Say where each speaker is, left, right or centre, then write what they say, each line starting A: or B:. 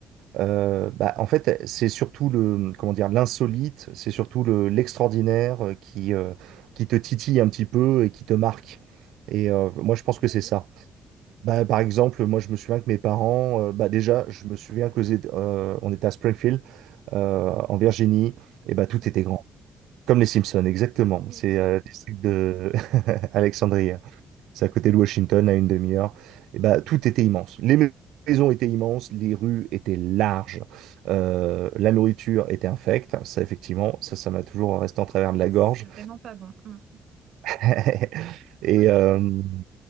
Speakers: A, on the right; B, on the right.
A: euh, bah, en fait, c'est surtout le, comment dire, l'insolite, c'est surtout le, l'extraordinaire euh, qui, euh, qui te titille un petit peu et qui te marque. Et euh, moi, je pense que
B: C'est-à-dire
A: c'est ça. Bah, par exemple, moi, je me souviens que mes parents, euh, bah, déjà, je me souviens que aux Éta- euh, on était à Springfield, euh, en Virginie,
B: les
A: et
B: Simpsons.
A: bah, tout était grand. Comme les Simpsons, exactement.
B: Oui,
A: C'est euh, le district de <laughs> Alexandrie. C'est à côté de Washington, à une demi-heure. Et ben, tout était immense. Les mais- maisons étaient immenses, les rues étaient larges, euh, la nourriture était infecte. Ça, effectivement, ça, ça m'a toujours resté en travers de la
B: oui,
A: gorge.
B: c'est vraiment pas bon. Mm.
A: <laughs> Et
B: Quoique,
A: euh,